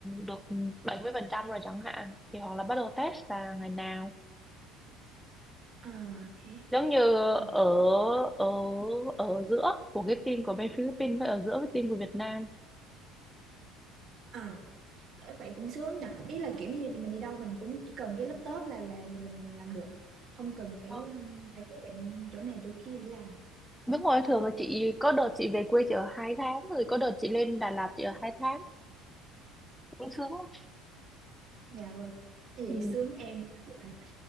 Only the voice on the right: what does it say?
ờ thế
ờ
ờ Ê, vậy cũng sướng nhỉ ý là kiểu như mình đi đâu mình cũng chỉ cần cái laptop là là, là mình làm được không cần phải
um, phải cố định chỗ này chỗ kia để làm
dạ vâng Ê, vậy
sướng em thích như vậy